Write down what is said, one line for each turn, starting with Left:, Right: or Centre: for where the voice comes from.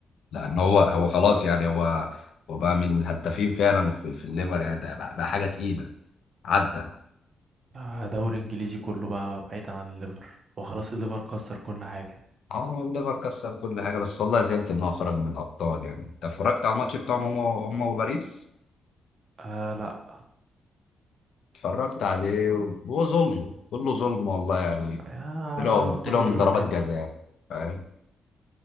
Left: لان هو هو خلاص يعني هو هو بقى من الهدافين فعلا في, في الليفر يعني ده بقى, بقى حاجه تقيله عدى
Right: آه، دوري إنجليزي كله بقى بعيدا عن الليفر وخلاص الليفر كسر كل حاجة
Left: اه هو الليفر كسر كل حاجه بس والله زعلت ان هو خرج من الابطال يعني انت اتفرجت على الماتش بتاعهم هم هم وباريس
Right: آه لا
Left: اتفرجت عليه وهو ظلم كله ظلم والله يعني
Right: آه
Left: طلعوا
Right: كله
Left: طلعوا من
Right: بيقول
Left: ضربات
Right: كده
Left: جزاء فاهم